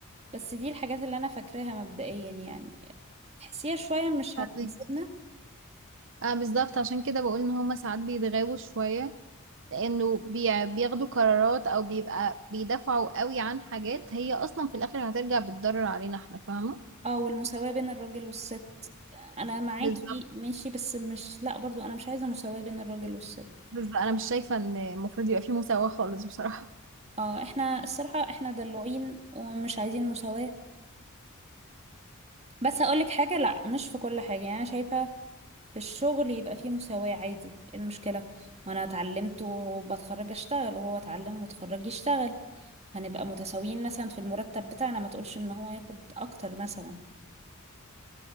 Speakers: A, on the right; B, on the right.
A: بس دي الحاجات اللي انا فاكراها مبدئيا يعني تحسيها شوية مش
B: فاهمك.
A: هتناسبنا
B: اه بالظبط عشان كده بقول ان هما ساعات بيتغابوا شويه لانه بي- بياخدوا قرارات او بيبقى بيدافعوا قوي عن حاجات هي اصلا في الاخر هترجع بتضرر علينا احنا فاهمه
A: اه والمساواة بين الراجل والست انا معاكي
B: بالظبط
A: ماشي بس مش لا برضو انا مش عايزة مساواة بين الراجل والست
B: بالظبط انا مش شايفه ان المفروض يبقى في مساواه خالص بصراحه
A: اه احنا الصراحة احنا دلوعين ومش عايزين مساواة بس هقولك حاجة لا مش في كل حاجة يعني انا شايفة في الشغل يبقى فيه مساواة عادي إيه المشكلة ما انا اتعلمت وبتخرج اشتغل وهو اتعلم وتخرج يشتغل هنبقى متساويين مثلا في المرتب بتاعنا ما تقولش ان هو ياخد اكتر مثلا